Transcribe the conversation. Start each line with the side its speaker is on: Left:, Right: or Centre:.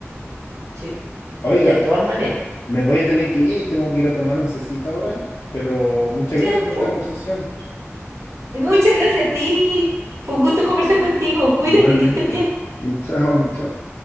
Right: Sí,
Left: Oiga,
Right: de todas maneras.
Left: Me voy a tener que ir, tengo que ir a tomar oncecita ahora, pero muchas
Right: Ya,
Left: gracias por
Right: po.
Left: esta conversación.
Right: Y muchas gracias a ti. Fue un gusto conversar contigo. Cuídate,
Left: Igualmente.
Right: que estés bien.
Left: Y chao, chao.